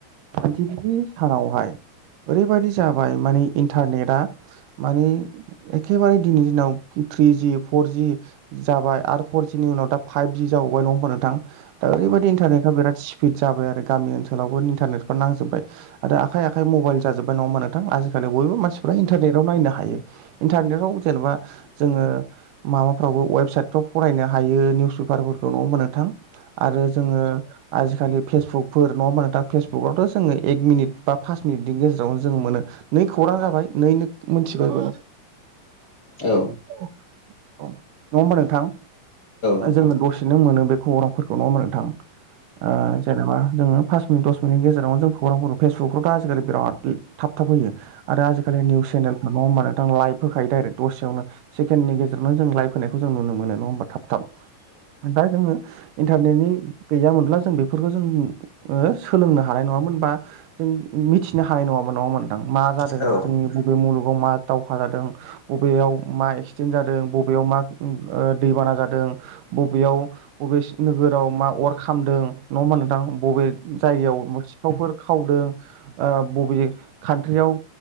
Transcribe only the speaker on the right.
दिनहिनि सानावहाय ओरैबायदि जाबाय माने इन्टारनेटआ माने एखेबारे दिनै दिनाव थ्रिजि फरजि जाबाय आरो फर जिनि उनाव दा फाइभजि जाबावबाय नङा होमबा नोंथां? दा ओरैबायदि इन्टारनेटा बिराद स्पिड जाबाय आरो गामि ओनसोलावबो इन्टारनेटफोर नांजोबबाय। आरो आखाइ आखाइ मबाइल जाजोबाय नङा होनबा नोंथां आजिखालि बयबो मानसिफ्रा इन्टारनेटाव नायनो हायो। इन्टारनेटाव जेनेबा जोङो माबाफ्रावबो वेबसाइटफ्राव फरायनो हायो निउस पेपारफोरखौ नङा होनबा नोंथां? आरो जोङो आजिखालि फेसबुकफोर नङा होनबा नोंथां फेसबुकावथ' जोङो एक मिनिट बा पास मिनिटनि गेजेरावनो जों मोनो। नै खौरां जाबाय नैनो मोनथिबायबो।
औ नङा होमबा नोंथां
जोङो दस सेनो मोनो बे खौरांफोरखौ नङा होनबा नोंथां ओ जेनेबा जोङो पास मिनिट दस मिनिटनि गेजावनो जों प्रग्रामफोरखौ फेसबुकफ्रावथ' आजिखालि बिराद थाब थाब होयो। आरो आजिखालि निउस चेनेलफोर नङा होमबा नोंथां लाइभ होखायो डाइरेक्ट दसेयावनो। सेकेण्डनि गेजेवनो जों लाइभ होनायखौ जों नुनो मोनो नङा होमबा थाब थाब। ओमफ्राय जोङो इन्टारनेटनि गैयामोनब्ला जों बेफोरखौ जों ओ सोलोंनो हानाय नङामोन बा जों मिथिनो हानाय नङामोन नङा होनबा नोंथां मा जादों
जोंनि बबे मुलुगाव मा दावहा जादों बबेयाव मा एक्सिडेन्ट जादों बबेयाव मा उ ओ दैबाना जादों बबेयाव बबेस नोगोराव मा अर खालामदों नङा होनबा नोंथां बबे जायगायाव सिखावफोर खावदों ओ बबे कान्ट्रियाव